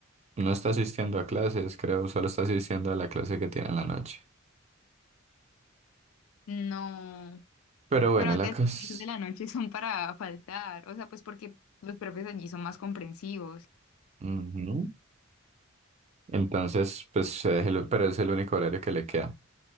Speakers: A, on the right (about 30°); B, on the left (about 90°).
A: no está asistiendo a clases, creo, solo está asistiendo a la clase que tiene en la noche.
B: No.
A: Pero bueno,
B: Pero antes
A: la cosa...
B: las clases de la noche son para faltar. O sea, pues porque los profes allí son más comprensivos.
A: Ujú. Entonces, pues, eh, el- pero es el único horario que le queda.